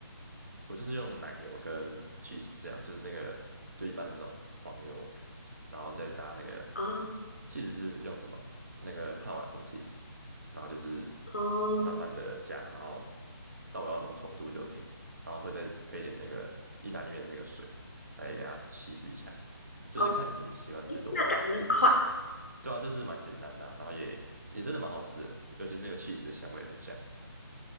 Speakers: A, on the right; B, on the left.
A: 我就是用奶油跟 cheese，就这样，就是那个就一般的那种黄油，然后再搭那个
B: 哦
A: cheese 是用什么？那个帕玛森 cheese，然后就是
B: 哦
A: 慢慢的加，然后到我要浓稠度就停，然后会再配点那个意大利面的那个水来给它稀释一下，就是看你喜欢吃多，
B: 哦，哎，那感觉很快。
A: 嗯，对啊，就是蛮简单的啊然后也也真的蛮好吃的，尤其是那个 cheese 的香味很香，